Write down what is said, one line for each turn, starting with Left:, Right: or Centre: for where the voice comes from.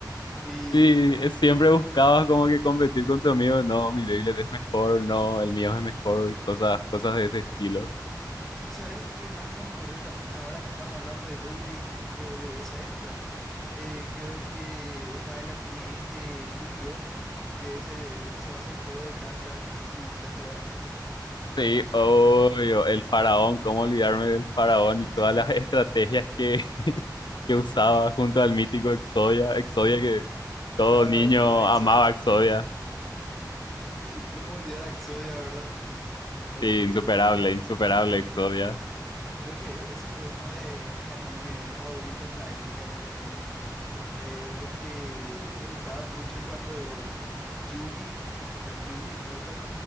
Centre: Y,
Left: Sí, es- siempre buscabas como que competir con tu amigo, no, mi Beyblade es mejor, no, el mío es mejor, cosas, cosas de ese estilo.
Centre: y ¿sabes qué más me acordé también ahora que estamos hablando de Beyblade y tipo de esa época? Eh, creo que está el anime este Yu-Gi-Oh! que se, se basa en juego de cartas. No sé si te acordás también.
Left: Sí, obvio, el faraón, cómo olvidarme del faraón y todas
Centre: <laughs>
Left: las <laughs> estrategias que que usaba junto al mítico Exodia, Exodia que todo
Centre: No,
Left: niño
Centre: el- lo de Exodia.
Left: amaba Exodia.
Centre: <laughs> ¿Cómo olvidar a Exodia, verdad? Uh,
Left: Sí, insuperable,
Centre: eh, eh,
Left: insuperable Exodia.
Centre: creo que ese fue uno de mis animes favoritos en la época, me recuerdo. eh, porque me gustaba mucho cuando Yugi, o sea, Yugi el prota,